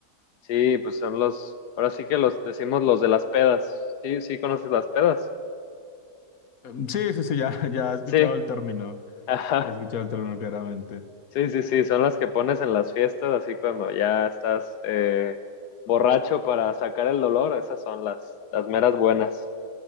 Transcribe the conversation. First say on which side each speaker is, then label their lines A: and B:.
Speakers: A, on the left (about 90°); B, on the left (about 65°).
A: Sí, pues son los, ahora sí que los decimos los de las pedas. Sí, sí, conoces las pedas.
B: Em, Sí, sí, sí, <laughs> ya, ya he escuchado
A: Sí,
B: el término,
A: <laughs>
B: ya he escuchado el término claramente.
A: Sí, sí, sí, son las que pones en las fiestas, así cuando ya estás eh, borracho para sacar el dolor, esas son las, las meras buenas.